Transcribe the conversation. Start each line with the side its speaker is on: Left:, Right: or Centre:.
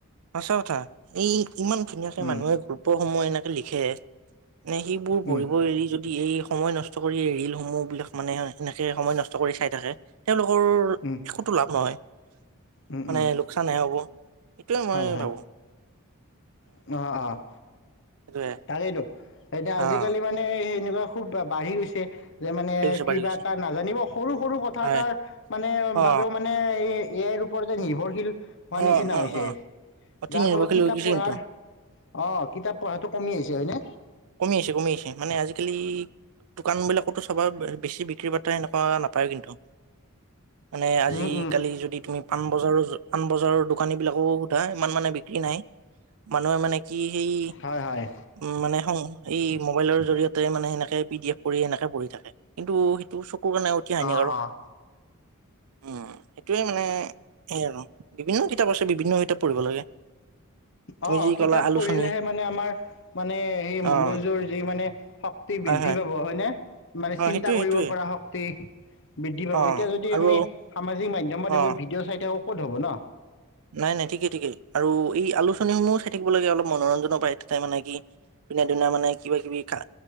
Right: সঁচা কথা! এই ইমান ধুনীয়াকৈ
Left: উম
Right: মানুহে গল্পসমূহ এনেকে লিখে নে সেইবোৰ
Left: উম
Right: পঢ়িব এৰি যদি এই সময় নষ্ট কৰি ৰিলসমূহ বিলাক মানে এনেকে সময় নষ্ট কৰি চাই থাকে তেওঁলোকৰ একোটো
Left: উম
Right: লাভ নহয়।
Left: উম
Right: মানে
Left: উম
Right: লোকচানহে হ'ব। এইটোৱে মই
Left: হয় হয়
Right: ভাবোঁ।
Left: অ, অ
Right: সেইটোৱে
Left: তাকেইটো, এতিয়া
Right: আহ
Left: আজিকালি মানে এই এনেকুৱা খুব বাঢ়ি গৈছে। যে মানে
Right: বাঢ়ি গৈছে
Left: কিবা
Right: বাঢ়ি গৈছে
Left: এটা নাজানিব সৰু সৰু কথা
Right: হয়
Left: এটাৰ মানে
Right: অ
Left: বাবেও মানে এই এ আইৰ ওপৰতে নিৰ্ভৰশীল হোৱা
Right: অ
Left: নিচিনা
Right: অ
Left: হৈছে
Right: অ অতি
Left: যাৰ
Right: নিৰ্ভৰশীল
Left: ফলত কিতাপ
Right: হৈ গৈছে
Left: পঢ়াৰ
Right: কিন্তু
Left: অ' কিতাপ পঢ়াটো কমি আহিছে হয়নে?
Right: কমি আহিছে, কমি আহিছে, মানে আজিকালি দোকান বিলাকতো চাবা বেছি বিক্ৰী বিক্ৰী-পাটা হেনেকোৱা নাপায় কিন্তু। মানে আজি-কালি
Left: উম উম
Right: যদি তুমি পাণবজাৰৰ, পাণবজাৰৰ দোকানীবিলাককো সোধা ইমান মানে বিক্ৰী নাই। মানুহে মানে কি সেই
Left: হয় হয়
Right: উম মানে সং এই মোবাইলৰ জৰিয়তে মানে সেনেকে পি ডি এফ কৰি সেনেকে পঢ়ি থাকে কিন্তু সেইটো চব চকুৰ কাৰণে অতি হানিকাৰক।
Left: অঁ অঁ
Right: উম, সেইটোৱে মানে সেই আৰু বিভিন্ন কিতাপ আছে বিভিন্ন কিতাপ পঢ়িব লাগে। তুমি
Left: অ'
Right: যি
Left: কিতাপ
Right: ক'লা আলোচনী
Left: পঢ়িলেহে মানে আমাৰ মানে মগজুৰ
Right: অ',
Left: যি মানে শক্তি
Right: হয়,
Left: বৃদ্ধি
Right: হয়,
Left: পাব হয়নে? মানে
Right: অ',
Left: চিন্তা
Right: সেইটোয়ে সেইটোয়ে
Left: কৰিব পৰা শক্তি বৃদ্ধি পাব।
Right: অ',
Left: এতিয়া যদি
Right: আৰু
Left: আমি সামাজিক মাধ্যমত
Right: অ',
Left: এইবোৰ ভিডিঅ' চাই থাকো ক'ত হ'ব ন?
Right: নাই নাই ঠিকেই ঠিকেই আৰু এই আলোচনীসমূহো চাই থাকিব লাগে অলপ মনোৰঞ্জনৰ পাই তাতে মানে কি পিনা দিনা মানে কিবা কিবি কা